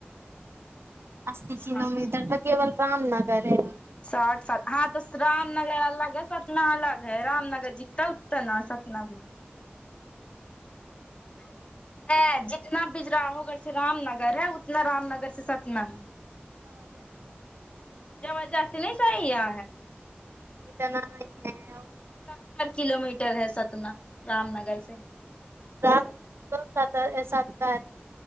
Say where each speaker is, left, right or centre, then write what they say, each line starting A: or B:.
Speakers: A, on the right (about 85°); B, on the left (about 30°).
A: اسی کلو
B: ساٹھ
A: میٹر تو کیول رام نگر ر ہے
B: ساٹھ سات ہاں تو رام نگر الگ ہے ستنا الگ ہے رام نگر جیتا اتنا ستنا سپنا بھی ج جتنا بجراہو گھر سے رام نگر ہے اتنا رام نگر سے ستنا ہے زبردستی نہیں چاہیے
A: نہیںتنا <unintelligible>
B: ستر کلو میٹر ہے ستنا رام نگر سے
A: ساٹھ نہی تو ستر ہے ستر